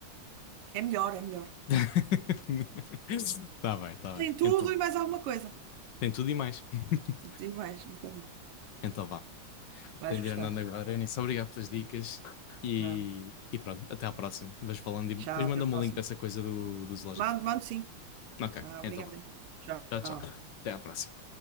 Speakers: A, on the right (about 85°); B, on the left (about 65°).
A: É melhor, é melhor.
B: <laughs> Tá bem, tá
A: Tem
B: bem.
A: tudo
B: Então,
A: e mais alguma coisa.
B: tem tudo e mais. <laughs>
A: E tem mais, um bocadinho.
B: Então vá.
A: Vais
B: Tenho
A: gostar.
B: de ir andando agora, Eunice. Obrigado pelas dicas. E,
A: Ah,
B: e pronto, até à próxima. Vais falando e
A: tchau,
B: depois manda-me
A: até a próxima.
B: o link dessa coisa do, do zoológico.
A: Mando, mando sim.
B: Ok,
A: Ah,
B: então
A: obrigada
B: vá.
A: então. Tchau.
B: Tchau, tchau. Até à próxima.